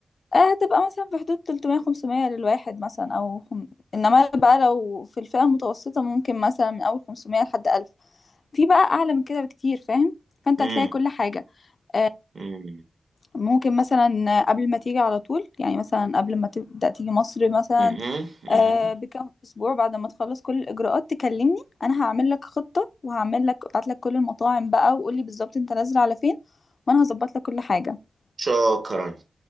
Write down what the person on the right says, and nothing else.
امم
امم
اها اها
شكرا